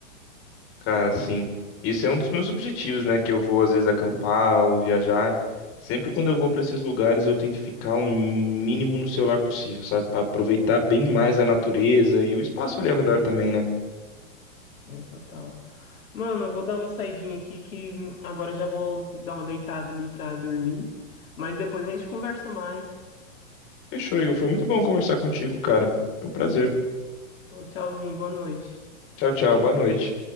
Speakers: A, on the left (about 30°); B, on the left (about 85°).
A: Cara, sim. Isso é um dos meus objetivos, né? Que eu vou às vezes acampar ou viajar. Sempre quando eu vou para esses lugares, eu tento ficar o mínimo no celular possível, sabe? Para aproveitar bem mais a natureza e o espaço ali ao redor também, né?
B: É, total. Mano, eu vou dar uma saidinha aqui que hum, agora já vou dar uma deitada ali pra dormir. Mas depois a gente conversa mais.
A: Fechou, Igor. Foi muito bom conversar contigo, cara. Foi um prazer.
B: Ô, Tchauzinho, boa noite.
A: Tchau, tchau. Boa noite.